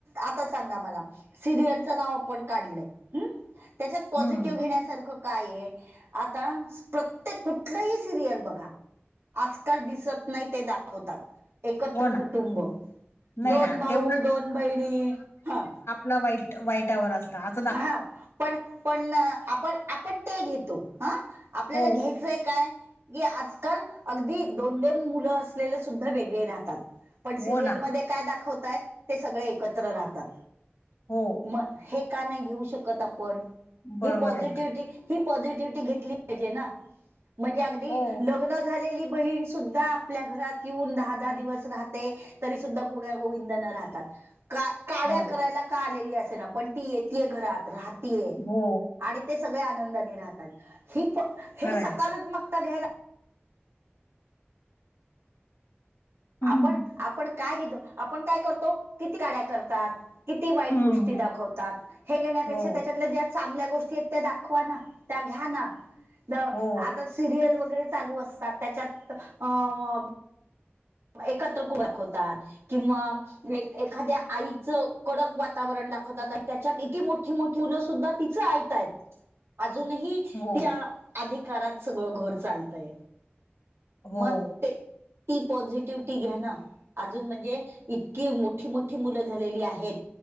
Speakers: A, on the right; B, on the left.
A: आता सांगा मला सिरियलचं नाव आपण काढलंय हूं त्याच्यात पॉझिटिव्ह
B: हम्म
A: घेण्यासारखं काय ये आता प्रत्येक कुठलंही सिरियल बघा आजकाल दिसत नाही ते दाखवतात. एकत्र
B: हो ना
A: कुटुंब
B: नाही
A: दोन
B: ना
A: भाऊ
B: ते
A: दोन बहिणी ह
B: ला वाईट वाईटवर असतात.
A: आहा पण पण ना आपण आपण ते घेतो हा आपल्याला
B: हो
A: घ्यायचंय काय की आजकाल अगदी दोन दोन मुलं असलेले सुद्धा वेगळे राहतात. पण सिरियलमध्ये
B: हो ना
A: काय दाखवतायेत ते सगळे एकत्र राहतात.
B: हो.
A: मग हे का नाही घेऊ शकत आपण
B: बरोबर
A: ही पॉझिटिव्हीटी
B: आहे ना
A: ही पॉझिटिव्हीटी घेतली पाहीजे ना म्हणजे अगदी
B: हो
A: लग्न झालेली बहीण सुद्धा आपल्या घरात येऊन दहा दहा दिवस राहते. तरी सुद्धा गुन्या गोविंदान राहतात का काड्या
B: हो
A: करायला का आलेली असे ना पण ती येतीये घरात राहतीये
B: हो
A: आणि ते सगळे आनंदाने राहतात ही प हे
B: खरंय
A: सकारात्मकता घ्यायला
B: हम्म
A: आपण आपण काय घेतो आपण काय करतो किती काड्या करतात. किती वाईट
B: हम्म
A: गोष्टी दाखवतात हे घेण्यापेक्षा
B: हो
A: त्याच्यातल्या ज्या चांगल्या गोष्टी येत दाखवा ना त्या घ्या ना म
B: हो
A: आता सिरियल वगैरे चालू असतात त्याच्यात अ एकत्रकूडक होतात किंवा एक एखाद्या आईचं कडक वातावरण दाखवतात आणि त्याच्यात इती मोठी मोठी मुलं सुद्धा तिचं ऐक तायेत अजूनही
B: हो
A: त्या अधिकारात सगळं घर चालतय.
B: हो
A: मग ते ती पॉझिटिव्हीटी घ्या ना. अजून म्हणजे इतकी मोठी मोठी मुलं झालेली आहेत.